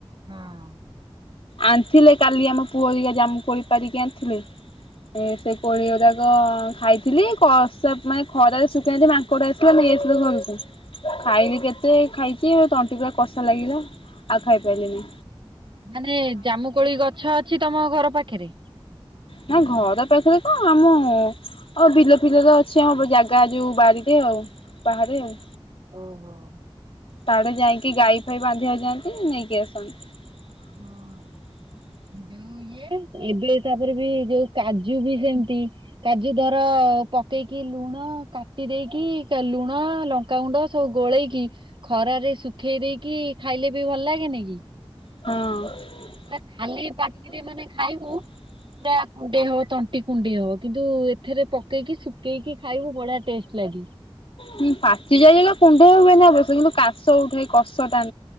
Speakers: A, on the right; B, on the left.
A: ହଁ,
B: ଆଣିଥିଲେ କାଲି ଆମ ପୁଅ ଇଏ ଜାମୁ କୋଳି ପାରିକି ଆଣିଥିଲେ। ଏ ସେ କୋଳି ଗୁରାକ ଖାଇଥିଲି କସ ମାନେ ଖରାରେ ଶୁଖେଇଲେ ମା ଙ୍କଡ଼ ଆସିଲେ ନେଇ ଆସିଲୁ ଘରକୁ, ଖାଇଲି କେତେ ଖାଇଛି ତଣ୍ଟି ପୁରା କଷା ଲାଗିଲା। ଆଉ ଖାଇ ପାରିଲିନି।
A: ମାନେ ଜାମୁକୋଳି ଗଛ ଅଛି ତମ ଘର ପାଖରେ?
B: ନାଇଁ ଘର ପାଖରେ ତ ଆମ ଆଉ ବିଲ ଫିଲରେ ଅଛି ଆମ ଜାଗା ଯୋଉ ବାରିରେ ଆଉ ବାହାରେ ଆଉ।
A: ଓହୋ।
B: ତାଡେ ଯାଇକି ଗାଈ ଫାଇ ବାନ୍ଧି ଆଉ ଯାଆନ୍ତି ନେଇକି ଆସନ୍ତି। <inaudible>
A: ହଁ ଯୋଉ ଇଏ ଏବେ ତାପରେ ବି ଯୋଉ କାଜୁ ବି ସେମିତି କାଜୁ ଦର-ଅ-ଅ ପକେଇକି ଲୁଣ କାଟି ଦେଇକି ଲୁଣ ଲ କା ଗୁଣ୍ଡ ସବୁ ଗୋଳେଇକି ଖରାରେ ଶୁଖେଇ ଦେଇକି ଖାଇଲେ ବି ଭଲ ଲାଗେନି କି?
B: ହଁ,
A: ଏ ଖାଲି ପାଟିରେ ମାନେ ଖାଇବୁ
B: ହ
A: ପା କୁଣ୍ଡେଇ ହବ ତଣ୍ଟି କୁଣ୍ଡେଇ ହବ କିନ୍ତୁ ଏଥିରେ ପକେଇକି ଶୁଖେଇକି ଖାଇବୁ ବଢିଆ ଟେଷ୍ଟ ଲାଗିବ।
B: ହୁଁ ପାଚି ଯାଇ ହେଲେ କୁଢେଇ ହୁଏନା ଅବଶ୍ୟ କିନ୍ତୁ କାଶ ଉଠାଏ କଷଟା